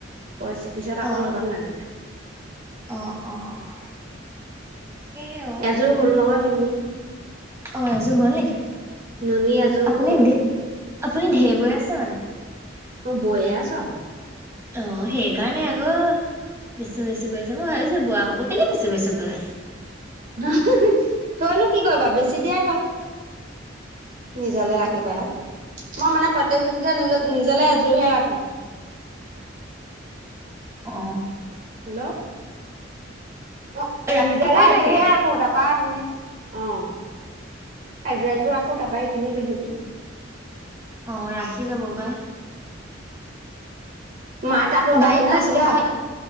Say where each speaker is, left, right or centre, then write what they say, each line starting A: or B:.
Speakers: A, on the right (about 45°); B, on the right (about 15°).
A: পইছ- পিছত আকৌ
B: অ
A: লগাম লাগিলে।
B: অ অ <inaudible>
A: এযোৰ
B: সেইবোৰ
A: হ'ল নহয় নুনী।
B: অ' এযোৰ হ'ল নেকি?
A: নুনী এযোৰ
B: আপুনি
A: হ'ল।
B: ধে আপুনি ঢেই বৈ আছে মানে।
A: অ' বৈয়ে আছোঁ আকৌ।
B: অ' সেইকাৰণে আকৌ, বেচো - বেচো কৰি আছে। মই ভাবিছোঁ বোৱা হব কেলে বেচো - বেচো কৈ আছে।
A: হঁ - হঁ - হঁ, থৈনো কি কৰিবা, বেছি দিয়াই ভাল। নিজলে ৰাখি পেলাই। মই মানে প্ৰত্যেক যুতিতে নিলজ- নিজলে এযোৰহে ৰাখোঁ।
B: অ'।
A: হেল্ল অ'
B: ৰাখিবই
A: নিজলে এযোৰহে
B: লাগে।
A: ৰাখোঁ তাৰপৰা এনে অ' এযোৰ এযোৰ ৰাখোঁ তাৰপৰা এইখিনি বেচি দিও।
B: অ' ৰাখি যাব পাই।
A: মায়ে তাঁত লগাইছে
B: বাৰীত
A: নে
B: পাচলি
A: কিবা
B: সাৰ